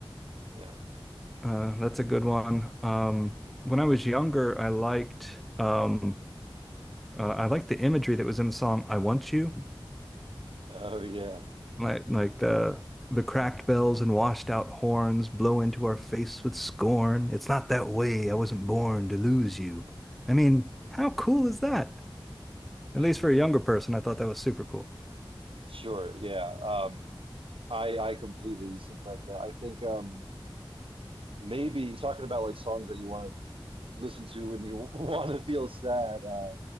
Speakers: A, on the right; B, in the centre.
A: Yeah.
B: Uh, that's a good one. Um, when I was younger, I liked um, uh, I liked the imagery that was in the song "I Want You."
A: Oh yeah,
B: Like like
A: that's
B: the the cracked bells and washed out horns blow into our face with scorn. It's not that way. I wasn't born to lose you. I mean, how cool is that? At
A: I
B: least for
A: know.
B: a younger person, I thought that was super cool.
A: Sure, yeah. Um, I I completely sympathize with that. I think um maybe talking about like songs that you want to listen to when you <laughs> want to feel sad. Uh,